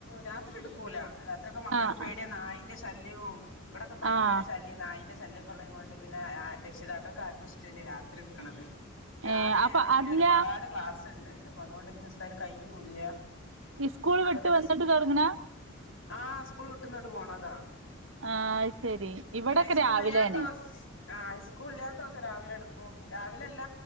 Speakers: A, on the left; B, on the right.
A: രാത്രി എടുക്കൂല രാത്രിയൊക്കെ മക്കൾക്ക്
B: ആഹ്
A: പേടിയ നായിന്റെ ശ് ശല്യോം ഇവിടൊക്കെ പന്നീന്റെ
B: ആഹ്
A: ശല്യം നായി ന്റെ ശല്യക്കൊള്ളകൊണ്ട് പിന്നെ ആ രക്ഷിതാക്കൾക്കാർക്കും ഇഷ്ടല്ല രാത്രി എടുക്കണത് രാവിലെ
B: ഏഹ് അപ്പൊ
A: ആണെങ്കില്
B: അല്ല
A: ഒരുപാട് ക്ലാസ് ഉണ്ട് അപ്പൊ അതുകൊണ്ട് പിന്നെ സ്താതിന് കയ്യൂല്ല
B: ഈ സ്കൂൾ
A: അത്
B: വിട്ട്
A: പിന്നെ
B: വന്നിട്ട്
A: സ്കൂ
B: തുടങ്ങണ
A: ആഹ് സ്കൂൾ വിട്ടുന്നൊട്ട് പോണതാ
B: ആഹ് ശരി ഇവിടൊക്കെ
A: പിന്നെ സ്കൂളില്യാത്താ
B: രാവിലെയാണ്
A: സ് ആഹ് സ്കൂൾ ഇല്ലാത്ത ദിവസം രാവിലെ എടുക്കും രാവിലല്ല